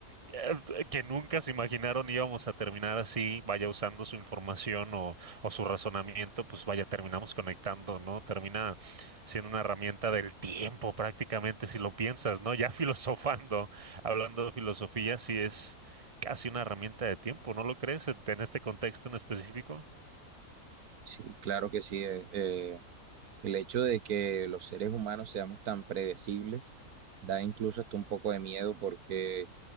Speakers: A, on the right; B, on the right.
A: eh, que nunca se imaginaron íbamos a terminar así, vaya usando su información o, o su razonamiento, pues vaya, terminamos conectando, ¿no? Termina siendo una herramienta del tiempo prácticamente, si lo piensas, ¿no? Ya <laughs> filosofando, hablando de filosofía, sí es casi una herramienta de tiempo, ¿no lo crees en en este contexto en específico?
B: Sí, claro que sí. eh, eh, el hecho de que los seres humanos seamos tan predecibles da incluso hasta un poco de miedo porque